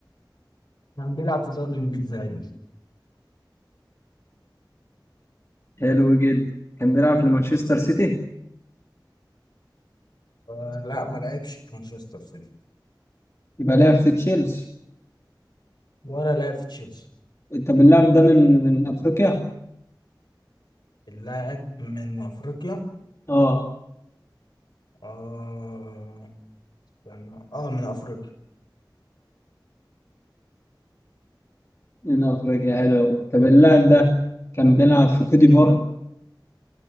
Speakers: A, on the left (about 65°); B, on the left (about 35°).
A: كان بيلعب في الدوري الإنجليزي عادي
B: حلو جدا كان بيلعب في مانشستر سيتي
A: آه، لا ما لعبش في مانشستر سيتي
B: يبقى لعب في تشيلسي
A: ولا لعب في تشيلسي
B: طب اللاعب ده من من افريقيا
A: اللاعب من أفريقيا
B: اه
A: آه كان- آه من أفريقيا
B: من افريقيا حلو طب اللاعب ده كان بيلعب في كوت ديفوار